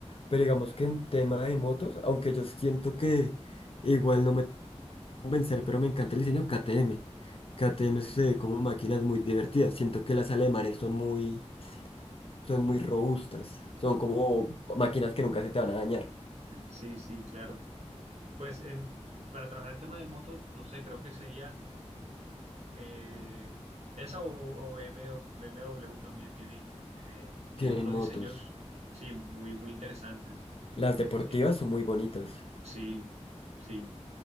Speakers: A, on the left; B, on the right.
A: pero digamos que en tema de motos, aunque yo siento que igual no me convencer, pero me encanta el diseño K T M KTM. KTM
B: Sí,
A: se ve como máquinas muy divertidas. Siento que las alemanes son muy, son muy robustas. Son como máquinas que nunca se te van a dañar.
B: <laughs> sí, sí, claro. Pues en, para trabajar el tema de motos, no sé, creo que sería Eh, esa o, o BMW, BMW también tienen, eh, tienen
A: Tienen
B: unos
A: motos.
B: diseños, sí, muy, muy interesantes.
A: Las deportivas
B: Eh,
A: son muy bonitas.
B: sí, sí.